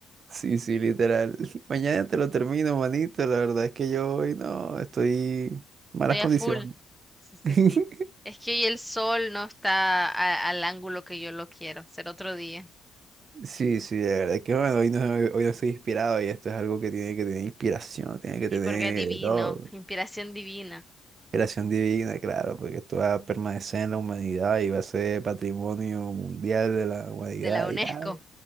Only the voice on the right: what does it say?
Sí, sí, literal. <laughs> Mañana te lo termino, manito. La verdad es que yo hoy no, estoy en malas
condiciones.
<laughs>
Sí, sí, de verdad que bueno, hoy no, hoy no estoy inspirado y esto es algo que tiene que tener inspiración, tiene que
tener
de todo,
creación divina, claro, porque esto va a permanecer en la humanidad y va a ser patrimonio mundial de la humanidad
y tal,